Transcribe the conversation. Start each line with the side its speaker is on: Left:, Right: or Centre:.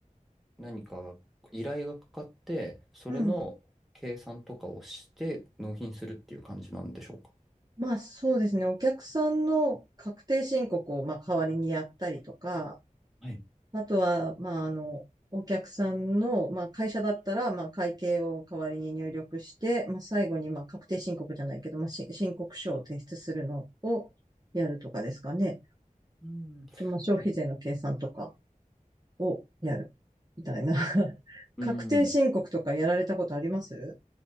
Centre: う、何か依頼がかかって、それの計算とかをして、
Right: うん。
Centre: 納品するっていう感じなんでしょうか
Right: まあそうですね。お客さんの確定申告をまあ代わりにやったりとか、
Centre: はい。
Right: あとは、まあ、あの、お客さんの、まあ、会社だったら、まあ、会計を代わりに入力して、まあ、最後に、まあ、確定申告じゃないけど、まあ、し申告書を提出するのをやるとかですかね。
Centre: うん。
Right: と、まあ、消費税の計算とか
Centre: な
Right: をやるみたいな。<laughs>
Centre: うん。
Right: 確定申告とかやられたことあります